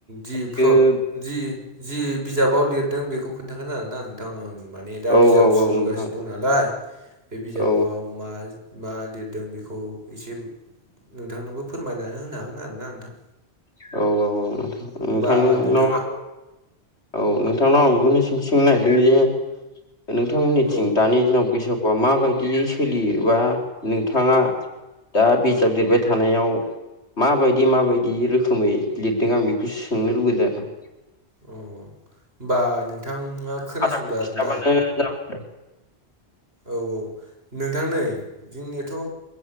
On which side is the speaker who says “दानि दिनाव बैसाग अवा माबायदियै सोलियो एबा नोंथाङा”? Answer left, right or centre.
Left